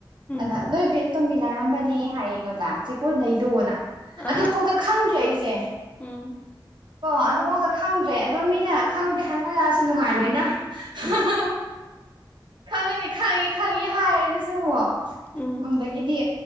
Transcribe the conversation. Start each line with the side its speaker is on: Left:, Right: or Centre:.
Left: ꯎꯝ ꯎꯝ
Right: ꯑꯗ ꯅꯣꯏ ꯕꯚꯦꯟ ꯇꯣꯡꯃꯤꯟꯅꯔꯝꯕꯅꯦ ꯍꯥꯏ ꯑꯩꯉꯣꯟꯗ ꯆꯦꯛꯀꯣꯟꯗꯩꯗꯗꯣꯅ
Left: ꯑ
Right: ꯑꯗꯨ ꯐꯥꯎꯗ ꯈꯪꯗ꯭ꯔꯦ ꯑꯩꯁꯦ
Left: ꯎꯝ
Right: ꯀꯣ ꯑꯗꯨꯕꯧꯗ ꯈꯪꯗ꯭ꯔꯦ ꯑꯗꯣ ꯃꯤꯅ ꯈꯪꯗꯦ ꯍꯥꯏꯅꯔꯑꯁꯨ ꯅꯨꯡꯉꯥꯏꯔꯣꯏꯅ <unintelligible> ꯈꯪꯉꯅꯤ ꯈꯪꯉꯤ ꯈꯪꯉꯦ ꯍꯥꯏꯔꯗꯨꯁꯨ
Left: ꯎꯝ
Right: ꯉꯝꯕꯒꯤꯗꯤ